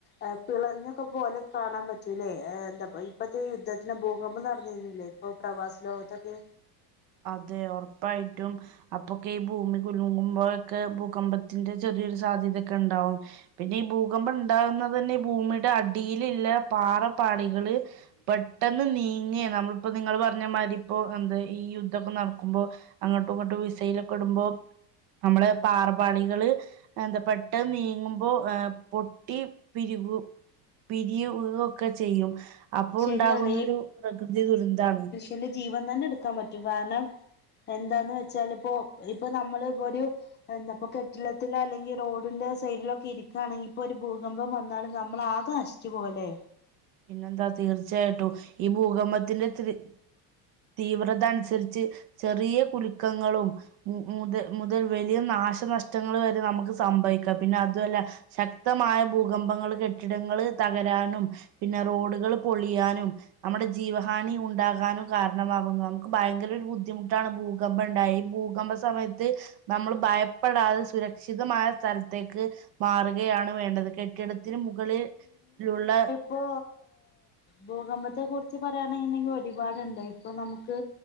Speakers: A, on the left; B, on the right.
A: ഏ പിളഞ്ഞൊക്കെ പോലെ കാണാൻ പറ്റൂലേ ഏ എന്താ ഇപ്പത്തെ യുദ്ധത്തിന് ഭൂകമ്പം നടന്നിരുന്നില്ലേ ഇപ്പം പ്രവാസലോകത്തൊക്കെ
B: അതെ ഒറപ്പായിട്ടും അപ്പൊക്കെ ഈ ഭൂമി കുലുങ്ങുമ്പോഴൊക്കെ ഭൂകമ്പത്തിന്റെ ചെറിയൊരു സാധ്യതക്കെ ഇണ്ടാവും പിന്നെ ഈ ഭൂകമ്പം ഉണ്ടാകുന്നത് തന്നെ ഈ ഭൂമിയുടെ അടിയിലുള്ള പാറപ്പാളികള് പെട്ടെന്ന് നീങ്ങേ നമ്മളിപ്പോ നിങ്ങള് പറഞ്ഞമാതി ഇപ്പോ എന്താ ഈ യു ദ്ധൊക്കെ നടക്കുമ്പോ അങ്ങോട്ടും ഇങ്ങട്ടും മിസൈലൊക്കെ ഇടുമ്പോ നമ്മള പാറ പാളികള് എന്താ പെട്ടെന്ന് നീങ്ങുമ്പോ ഏ പൊട്ടി പിരികു, പിരിയുയൊക്കെ ചെയ്യും അപ്പൊ
A: ശരിയാണ്
B: ഉണ്ടാകുന്നൊരു പ്രകൃതി ദുരന്താണ്
A: എന്റെ ജീവൻ തന്നെ എടുക്കാൻ പറ്റും കാരണം എന്താന്ന് വെച്ചാല് ഇപ്പോ ഇപ്പൊ നമ്മള് ഇപ്പൊരു എന്താപ്പ കെട്ടിടത്തില അല്ലെങ്കിൽ എന്താപ്പൊ കെട്ടിടത്തിൽ അല്ലെങ്കി റോഡിന്റെ സൈഡിലൊക്കെ ഇരിക്കാണെങ്കിപ്പൊരു ഭൂകമ്പം വന്നാലും നമ്മൾ ആക നശിച് ച്ച് പോലേ
B: പിന്നെന്താ തീർച്ചയായിട്ടും ഈ ഭൂകമ്പത്തിന്റെ ത്രി തീവ്രത അനുസരിച്ച് ചെറിയ കുലുക്കങ്ങളും മുതൽ മുതൽ വലിയ നാശനഷ്ടങ്ങൾ വരെ നമുക്ക് സംഭവിക്കാം പിന്നെ അതുഅല്ല ശക്തമായ ഭൂകമ്പങ്ങള് കെട്ടിടങ്ങള് തകരാനും പിന്നെ റോഡുകള് പൊളിയാനും നമ്മുടെ ജീവഹാനി ഉണ്ടാകാനും കാരണമാകുന്നു നമുക്ക് ഭയങ്കര ഒരു ബുദ്ധിമുട്ടാണ് ഭൂ കമ്പണ്ടായി ഭൂകമ്പ സമയത്ത് നമ്മള് ഭയപ്പെടാതെ സുരക്ഷിതമായ സ്ഥലത്തേക്ക് മാറുകയാണ് വേണ്ടത് കെട്ടിടത്തിന് മുകളിൽലുള്ള
A: ഇപ്പൊ ഭൂകമ്പത്തെ കുറിച്ച് പറയണണ്ടെങ്കിൽ ഒരുപാടുണ്ട് ഇപ്പൊ നമുക്ക്